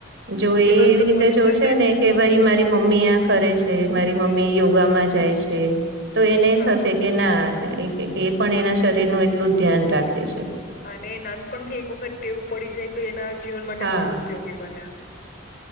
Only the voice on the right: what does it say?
જો એ
એવી
રીતે
જોશે
ને કે ભાઈ મારી મમ્મી આ કરે છે મારી મમ્મી
યોગામાં જાય છે. તો એ નહી
થશે.
કે ના એક એ પણ એના શરીર નું એટલું જ ધ્યાન રાખે છે.
હા